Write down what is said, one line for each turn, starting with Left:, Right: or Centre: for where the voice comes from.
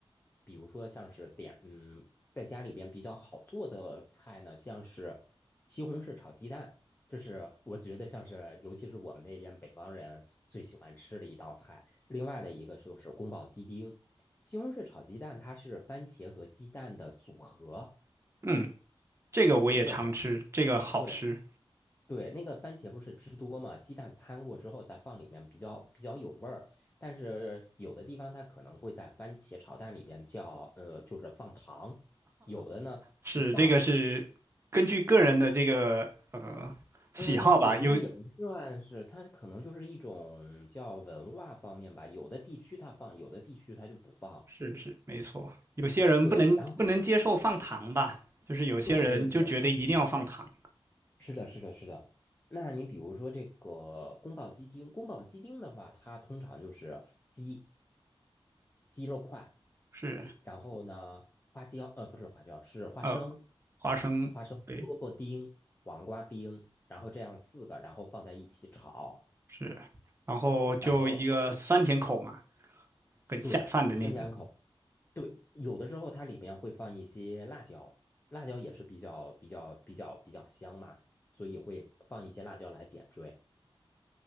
Left: 比如说像是点，嗯，在家里边比较好做的菜呢，像是西红柿炒鸡蛋，这是我觉得像是，尤其是我们那边北方人最喜欢吃的一道菜。另外的一个就是宫保鸡丁，西红柿炒鸡蛋它是番茄和鸡蛋的组合，
Right: 嗯，这个我也常吃，
Left: 那个番。
Right: 这个好吃，
Left: 对，对，那个番茄不是汁多嘛，鸡蛋摊过之后再放里面比较比较有味儿，但是有的地方它可能会在番茄炒蛋里边叫呃，就是放糖，有的呢不放。
Right: 是这个是根据个人的这个呃喜好吧，
Left: 嗯，我觉得也不算是，
Right: 有
Left: 它可能就是一种叫文化方面吧，有的地区它放，有的地区它就不放。
Right: 是是没错，有些人不能不能接受放糖吧，
Left: 对，然后
Right: 就是有些人就觉得一定要放糖，
Left: 对对对，是的，是的，是的。那你比如说这个宫保鸡丁，宫保鸡丁的话，它通常就是鸡。鸡肉块，
Right: 是
Left: 然后呢，花椒，呃，不是花椒，是花生，
Right: 呃花生。
Left: 花生、
Right: 对。
Left: 萝卜丁、黄瓜丁，然后这样四个，然后放在一起炒，
Right: 是，然后就一个酸甜口嘛，
Left: 然后
Right: 很下饭的那种。
Left: 对，酸甜口，对，有的时候它里面会放一些辣椒，辣椒也是比较比较比较比较香嘛，所以会放一些辣椒来点缀。